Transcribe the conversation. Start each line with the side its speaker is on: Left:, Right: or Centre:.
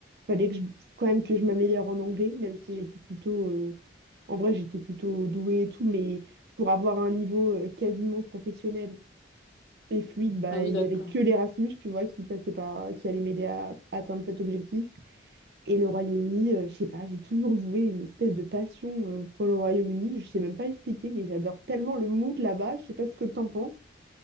Right: fallait que je- quand même que je m'améliore en anglais, même si j'étais plutôt... euh, En vrai, j'étais plutôt douée et tout, mais pour avoir un niveau euh, quasiment professionnel. Et fluide, bah,
Left: ah oui
Right: il
Left: d'accord.
Right: y avait que l'Erasmus, tu vois, qui passait par, qui allait m'aider à, atteindre cet objectif. Et le Royaume-Uni, euh, je sais pas, j'ai toujours voué une espèce de passion euh, pour le Royaume-Uni. Je sais même pas expliquer, mais j'adore tellement le mood là-bas. Je sais pas ce que t'en penses.